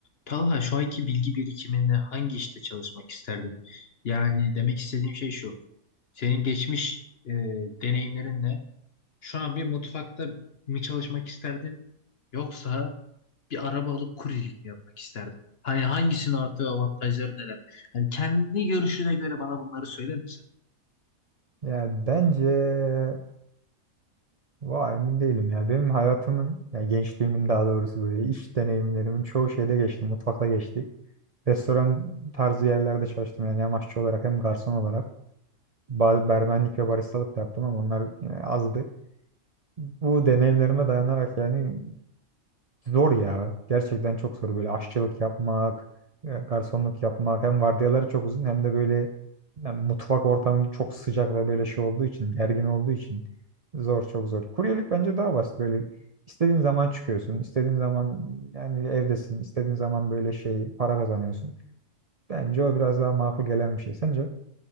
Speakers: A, on the left (about 50°); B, on the right (about 40°).
A: Talha şu anki bilgi birikiminde hangi işte çalışmak isterdin? Yani demek istediğim şey şu. Senin geçmiş e, deneyimlerinle şu an bir mutfakta mı çalışmak isterdin? Yoksa bir araba alıp kuryelik mi yapmak isterdin? Hani hangisinin artı avantajları neler? Hani kendi görüşüne göre bana bunları söyler misin?
B: Ya bence vay emin değilim ya. Benim hayatımın ya gençliğimin daha doğrusu böyle iş deneyimlerimin çoğu şeyde geçti. Mutfakta geçti. Restoran tarzı yerlerde çalıştım yani hem aşçı olarak hem garson olarak. Ba- Barmenlik ve baristalık da yaptım ama onlar yani azdı. Bu deneyimlerime dayanarak yani Zor ya. Gerçekten çok zor. Böyle aşçılık yapmak, e, garsonluk yapmak. Hem vardiyaları çok uzun hem de böyle yani mutfak ortamı çok sıcak ve böyle şey olduğu için, gergin olduğu için zor, çok zor. Kuryelik bence daha basit. Böyle istediğin zaman çıkıyorsun, istediğin zaman yani evdesin, istediğin zaman böyle şey para kazanıyorsun. Bence o biraz daha makul gelen bir şey. Sence?